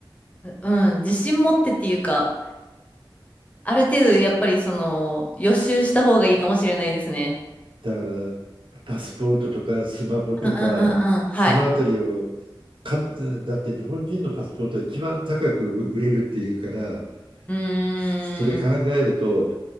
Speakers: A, on the left (about 15°); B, on the right (about 75°).
A: うん、自信持ってっていうか、ある程度やっぱりその、予習した方がいいかもしれないですね。
B: だからパスポートとかスマホとかそのあたりを
A: うんうんうんうん。はい。
B: かんだって日本人のパスポートは一番高く売れるっていうから
A: うーん、
B: それ考えると